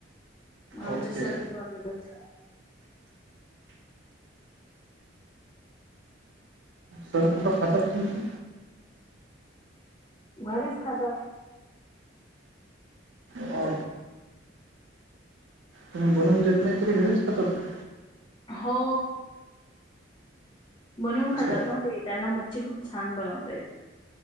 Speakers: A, on the left (about 25°); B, on the right (about 75°).
A: मग आमचे
B: ओके
A: सरच बनवतात
B: सर कुठं खातात तुमचे
A: घरीच खातात
B: हो तुम्ही बनून देत नाही तरी घरीच खातातत का
A: हो बनवून खातात
B: असं
A: ना ते त्यांना मच्छी खूप छान बनवता येत